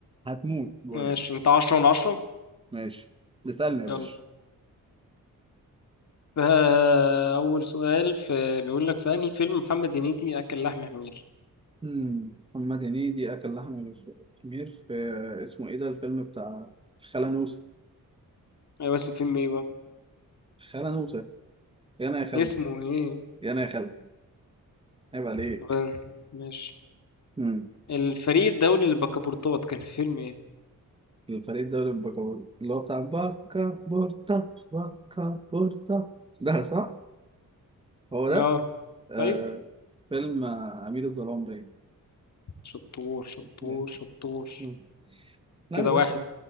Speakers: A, on the right; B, on the left.
A: هتموت بقول
B: ماشي
A: لك
B: انت عشرة من عشرة
A: ماشي اسألني يا باشا
B: يلا فأول سؤال في بيقول لك في أنهي فيلم محمد هنيدي أكل لحم حمير؟
A: مم. محمد هنيدي أكل لحم الخمير في اسمه إيه ده الفيلم بتاع خالة نوسة
B: أيوة اسم الفيلم إيه بقى؟
A: خالة نوسة يا انا يا خالد
B: اسمه إيه؟
A: يا انا يا خالد عيب عليك
B: طب ماشي
A: امم
B: الفريق الدولي للبكابورتات كان في فيلم إيه؟
A: الفريق الدوري البكابور اللي هو بتاع باكا بورتا باكا بورتا ده صح هو
B: آه
A: ده آه
B: أيوة
A: فيلم آه، أمير الظلام باين
B: شطور شطور
A: باين.
B: شطور
A: مم. لا
B: كده
A: يا باشا
B: واحد